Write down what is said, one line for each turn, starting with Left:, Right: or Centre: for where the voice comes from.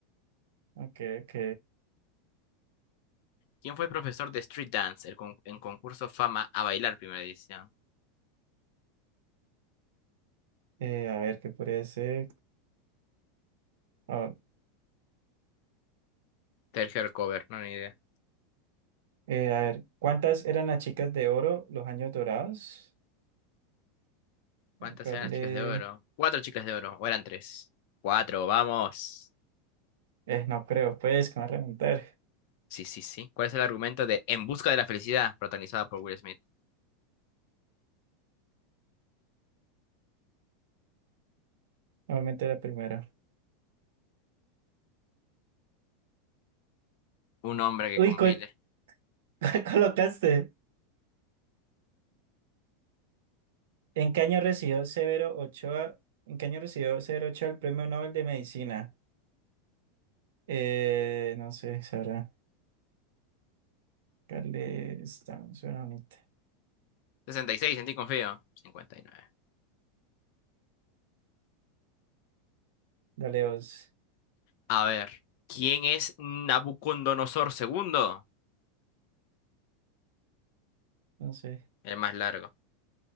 Right: Ok, ok.
Left: ¿Quién fue el profesor de Street Dance el con- en concurso Fama a bailar primera edición?
Right: Eh, a ver, ¿qué podría ser? Ah,
Left: Sergio Alcover, no ni idea.
Right: Eh, a ver, ¿cuántas eran las chicas de oro los años dorados?
Left: ¿Cuántas
Right: Eh, ¿Cuál
Left: eran las
Right: le-
Left: chicas de oro? Cuatro chicas de oro, o eran tres. Cuatro, vamos.
Right: eh, no creo, pues, que me va a reventar.
Left: Sí, sí, sí. ¿Cuál es el argumento de En busca de la felicidad, protagonizada por Will Smith?
Right: Obviamente la primera.
Left: Un hombre que
Right: Uy,
Left: compite.
Right: ¿cuál, <laughs> cuál colocaste? ¿En qué año recibió Severo Ochoa? ¿En qué año recibió Severo Ochoa el Premio Nobel de Medicina? Eh, no sé, Sara. Carle, está, suena bonita.
Left: 66. en ti confío. 59.
Right: Dale dos.
Left: A ver, ¿quién es Nabucodonosor segundo?
Right: No sé,
Left: El más largo.